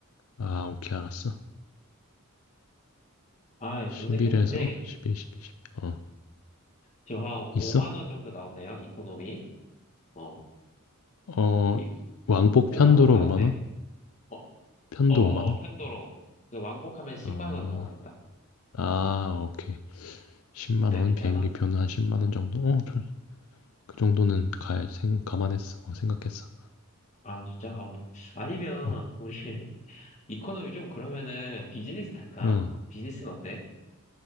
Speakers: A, on the left; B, on the left.
A: 아, 오케이, 알았어.
B: 아, 예, 검색했는데,
A: 1일에서 11, 12, 12. 어,
B: 지금 한
A: 있어?
B: 5만 원 정도 나오네요, 이코노미. 어,
A: 어,
B: 이,
A: 왕복
B: 5만
A: 편도로
B: 원 나오네.
A: 5만 원?
B: 어,
A: 편도
B: 어,
A: 5만 원?
B: 어, 펜도로. 그 왕복하면 10만
A: 아,
B: 원 나오겠다.
A: 아, 오케이. 10만
B: 어때,
A: 원
B: 괜찮아?
A: 비행기 표는 한 10만 원 정도? 어, 저- 그 정도는 가야 생 감안했어. 어, 생각했어.
B: 아, 진짜. 아. 아니면,
A: 어,
B: 우리, <laughs> 이코노미 좀 그러면은 비즈니스 탈까?
A: 어.
B: 비즈니스는 어때?